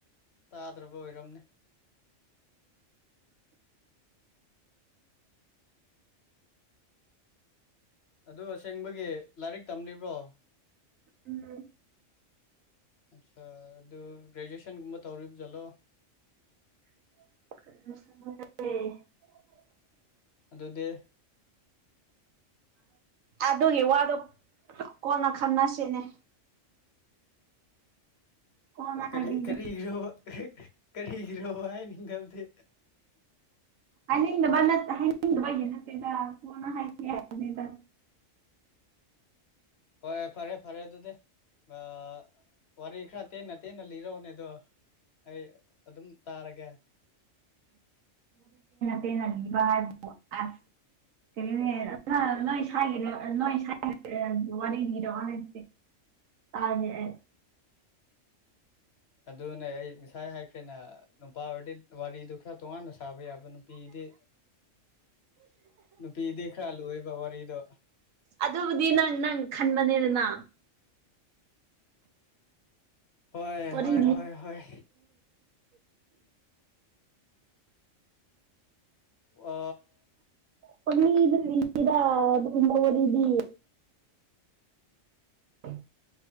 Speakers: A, on the left; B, on the right.
A: ꯇꯥꯗ꯭ꯔꯕ ꯑꯣꯏꯔꯝꯅꯤ
B: <inaudible>
A: ꯑꯗꯨ ꯑꯁꯦꯡꯕꯒꯤ ꯂꯥꯏꯔꯤꯛ ꯇꯝꯂꯤꯕ꯭ꯔꯣ
B: ꯎꯝ
A: ꯑꯠꯆꯥ ꯑꯗꯨ ꯒ꯭ꯔꯦꯖꯨꯑꯦꯁꯟꯒꯨꯝꯕ ꯇꯧꯔꯤꯕ ꯖꯥꯠꯂꯣ
B: <unintelligible>
A: ꯑꯗꯨꯗꯤ
B: ꯑꯗꯨꯒꯤ ꯋꯥꯗꯣ ꯀꯣꯟꯅ ꯈꯪꯟꯅꯁꯤꯅꯦ ꯀꯣꯟꯅ
A: ꯀꯔꯤ
B: ꯍꯥꯏꯕꯤꯒꯦ
A: ꯀꯔꯤꯒꯤ꯭ꯔꯣ ꯀꯔꯤꯒꯤ꯭ꯔꯣ ꯑꯅꯤꯡꯥꯎꯗꯤ
B: ꯍꯅꯗꯕ ꯅꯠꯇ ꯍꯗꯕ ꯌꯦꯅ ꯀꯅ ꯍꯥꯏꯅꯤꯗ
A: ꯍꯣꯏ ꯐꯔꯦ ꯐꯔꯦ ꯑꯗꯨꯗꯤ ꯑ ꯋꯥꯔꯈ ꯇ ꯅꯠꯇ ꯅ ꯂꯤꯔꯣꯅꯦꯗꯣ ꯑꯩ ꯑꯗꯨꯝ ꯇꯥꯔꯒꯦ
B: ꯅ ꯥꯏ ꯑ ꯀꯔꯤꯅꯦ ꯅꯣꯏ ꯁꯒꯤꯔ ꯅꯣꯏ ꯁ ꯋꯥꯔꯅꯤꯔꯣꯦ ꯇꯥꯦ
A: ꯑꯗꯨꯅꯦ ꯑꯩ ꯉꯁꯥꯏ ꯍꯥꯏꯈ꯭ꯔꯦꯅ ꯅꯨꯄꯥ ꯑꯣꯏꯔꯗꯤ ꯋꯥꯔꯤꯗꯨ ꯈꯔ ꯇꯣꯉꯥꯟꯅ ꯁꯥꯕ ꯌꯥꯕ ꯅꯨꯄꯤꯗꯤ ꯅꯨꯄꯤꯗꯤ ꯈꯔ ꯂꯣꯏꯕ ꯀꯔꯤꯗ
B: ꯑꯗꯨꯕꯨꯗꯤ ꯅꯪ ꯅꯪ ꯈꯟꯕꯅꯦꯗꯅ
A: ꯍꯣꯏ
B: ꯋꯥꯔꯤ
A: ꯍꯣꯏ ꯍꯣꯏ ꯍꯣꯏ ꯑ
B: ꯃꯃꯤ ꯏꯔꯤꯗ ꯅꯃꯔꯗ ꯎ